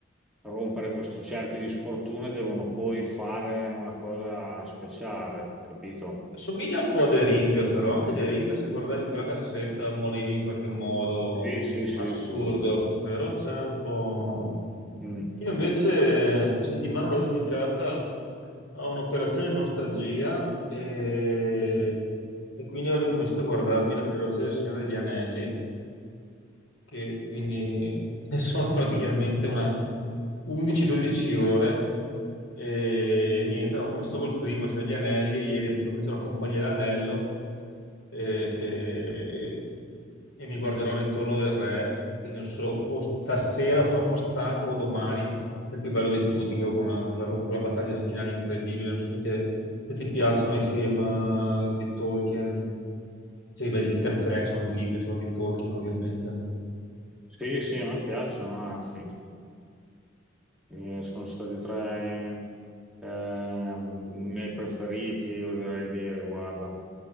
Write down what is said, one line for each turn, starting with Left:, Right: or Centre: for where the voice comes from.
Centre: rompere questo cerchio di sfortuna devono poi fare una cosa speciale, capito?
Left: Assomiglia un po' a The Ring, però anche The Ring, se guardavi quella cassetta, morivi in qualche modo
Centre: Sì, sì, sì,
Left: assurdo,
Centre: sì.
Left: però c'è un po'...
Centre: Mm.
Left: Io invece sta settimana l'ho dedicata a un'operazione nostalgia e... e quindi ho ricominciato a guardarmi la trilogia del Signore degli Anelli che quindi <laughs> sono praticamente una 11-12 ore e niente, ho cominciato col primo, cioè gli anelli, ieri mi sono visto la compagnia dell'anello eh, che- e mi guarderò il ritorno del re, penso o stasera sono un po' stanco o domani, è il più bello di tutti, quello con, la, con la- con la battaglia finale incredibile, non so se te- se ti piacciono i film eh, di Tolkien, cioè beh, di Peter Jackson, i libri sono di Tolkien ovviamente.
Centre: Sì, sì, a me piacciono, anzi, Eh, sono stati tra i ehm, i miei preferiti, oserei dire, guarda.